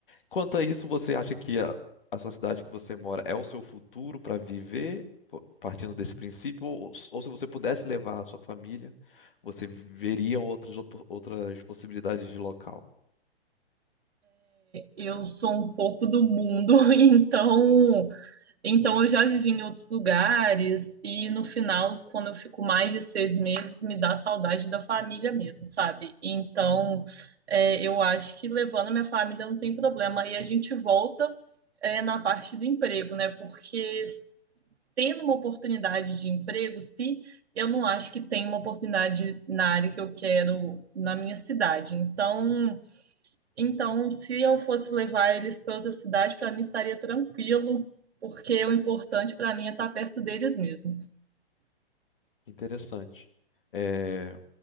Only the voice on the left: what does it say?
Quanto a isso, você acha que a, a sociedade que você mora é o seu futuro para viver, po- partindo desse princípio? Ou, ou se você pudesse levar a sua família, você veria outras, opo- outras possibilidades de local?
Interessante. É,